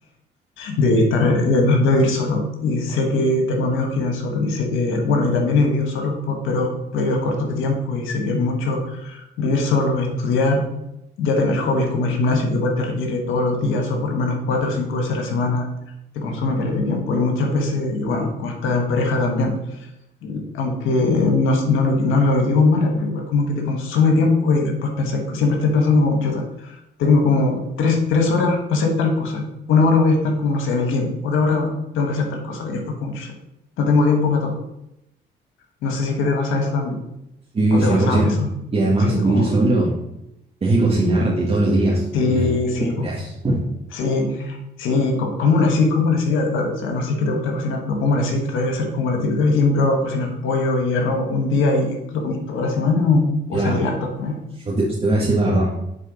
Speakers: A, on the left; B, on the right.
A: de estar, eh, no, de vivir solo. Y sé que tengo amigos que viven solo. Y sé que, bueno, y también he vivido solo por pero periodos cortos de tiempo. Y sé que es mucho vivir solo, estudiar, ya tener hobbies como el gimnasio, que igual te requiere todos los días o por lo menos cuatro o cinco veces a la semana, te consume caleta de tiempo. Y muchas veces, y bueno, cuando estás en pareja también aunque no, no lo, no lo digo en mala, pero igual como que te consume tiempo y después pensás, siempre estás pensando como, chuta, tengo como tres, tres horas para hacer tal cosa, una hora voy a estar como, no sé, en el gym, otra hora tengo que hacer tal cosa, y después como, chucha, no tengo tiempo para todo. No sé si es que te pasa eso también,
B: Sí,
A: o te
B: 100%.
A: pasaba eso.
B: Y además
A: Sí,
B: vivir
A: oh,
B: solo, tenés que cocinarte todos los días.
A: sí,
B: Una locura
A: sí, po.
B: es.
A: Sí, sí, co- ¿cómo lo hacís? ¿Cómo lo hacís? A- a- O sea, no sé qué te gusta cocinar, pero ¿cómo lo hacís? ¿Tratáis de hacer como la típica de Jim Bro, cocinar pollo y arroz un día y lo comís toda la semana o, o
B: Mira,
A: salí harto a comer?
B: yo te, te voy a decir la verdad.